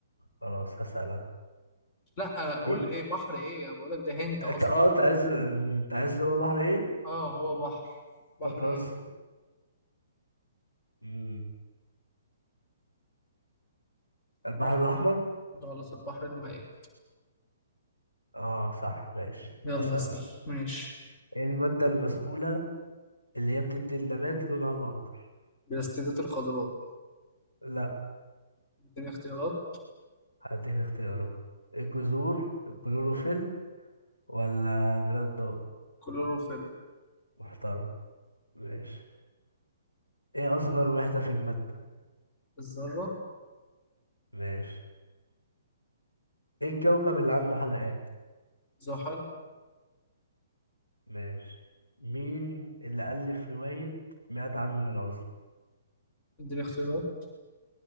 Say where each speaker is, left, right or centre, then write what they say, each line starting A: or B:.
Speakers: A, on the left; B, on the left.
A: خلاص هسأل انا
B: لا قول
A: إيه؟
B: إيه بحر إيه أنا بقولك ده هنت
A: انت
B: أصلا
A: اه انت عايز انت عايز هو بحر ايه
B: أه هو بحر بحر
A: طب خلاص
B: إيه؟
A: مم. البحر
B: ما
A: الاحمر
B: غلط البحر الميت
A: اه صح ماشي
B: يلا
A: هسأل
B: اسأل
A: أنا.
B: ماشي
A: ايه المادة المسؤولة اللي هي بتدي النبات لونها الأخضر؟
B: بلاستيدات الخضراء
A: لا
B: اديني اختيارات
A: هديك اختيارات الجذور الكلوروفيل ولا البناء الضوئي
B: كلوروفيل
A: محترم ماشي ايه أصغر وحدة في المادة؟
B: الذرة
A: ماشي ايه الكوكب اللي عنده حلقات؟
B: زحل
A: ماشي مين اللي ألف رواية مئة عام من العزلة؟
B: اديني اختيارات